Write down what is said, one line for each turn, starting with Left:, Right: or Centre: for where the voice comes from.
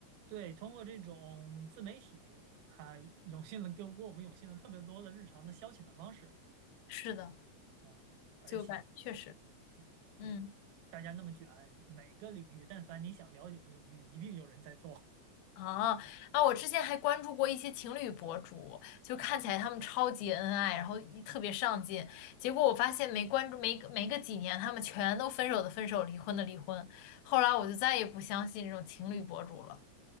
Right: 对，通过这种自媒体，还涌现了给给我们涌现了特别多的日常的消遣的方式
Left: 是的，
Right: 啊，而且，
Left: 就感确实，
Right: 嗯，
Left: 嗯，
Right: 哎，大家那么卷，每个领域，但凡你想了解的领域，一定有人在做。
Left: 啊啊，我之前还关注过一些情侣博主，就看起来他们超级恩爱，然后一特别上进，结果我发现没关注没没个几年，他们全都分手的分手，离婚的离婚。后来我就再也不相信这种情侣博主了。